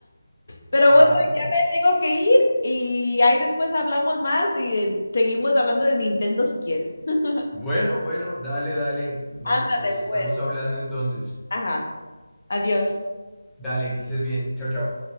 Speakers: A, on the left; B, in the centre.
A: Pero
B: Ah,
A: bueno,
B: bien.
A: ya me tengo que ir y ahí después hablamos más y eh, seguimos hablando de Nintendo si quieres. <laughs>
B: Bueno, bueno, dale, dale. Nos,
A: Ándale,
B: nos
A: pues.
B: estamos hablando entonces.
A: Ajá, adiós.
B: Dale, que estés bien. Chao, chao.